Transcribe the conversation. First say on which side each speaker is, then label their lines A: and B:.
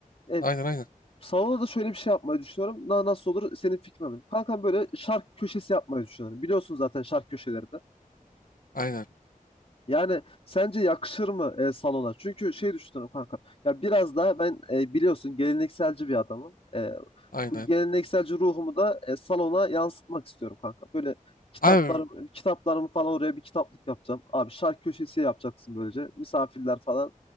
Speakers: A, on the left; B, on the left.
A: E,
B: Aynen aynen.
A: salona da şöyle bir şey yapmayı düşünüyorum. Na, nasıl olur senin fikrin alayım. Kankam böyle şark köşesi yapmayı düşünüyorum. Biliyorsun zaten şark köşeleri de.
B: Aynen.
A: Yani sence yakışır mı e, salona? Çünkü şey düşünüyorum kanka. Ya biraz daha ben e, biliyorsun gelenekselci bir adamım. E,
B: Aynen.
A: bu gelenekselci ruhumu da e, salona yansıtmak istiyorum kanka. Böyle kitaplarım,
B: Abi,
A: kitaplarımı falan oraya bir kitaplık yapacağım. Abi şarkı köşesi yapacaksın böylece. Misafirler falan